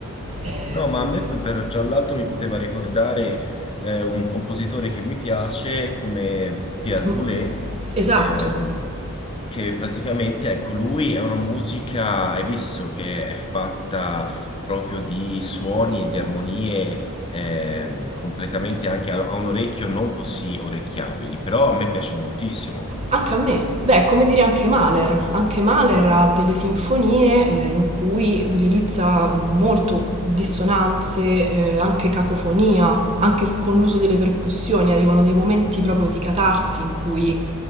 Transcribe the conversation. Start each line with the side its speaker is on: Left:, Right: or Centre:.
Right: Ehm,
Left: No, ma a me poi per- tra l'altro mi poteva ricordare eh, un compositore che mi piace come Pierre
Right: m-
Left: Boulez,
Right: esatto.
Left: ehm, che praticamente, ecco, lui è una musica, hai visto, che è fatta proprio di suoni e di armonie ehm, completamente anche a, a un orecchio non così orecchiabili, però a me piace moltissimo.
Right: Anche a me, beh, è come dire anche Mahler. Anche Mahler ha delle sinfonie eh, in cui utilizza molto dissonanze, eh, anche cacofonia, anche s- con l'uso delle percussioni. Arrivano dei momenti proprio di catarsi in cui,